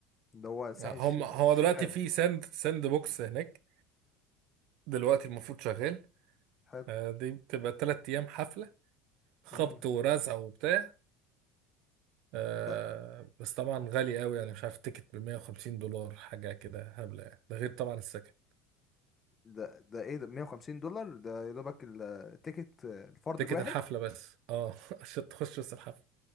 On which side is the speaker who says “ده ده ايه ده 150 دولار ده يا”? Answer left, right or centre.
Left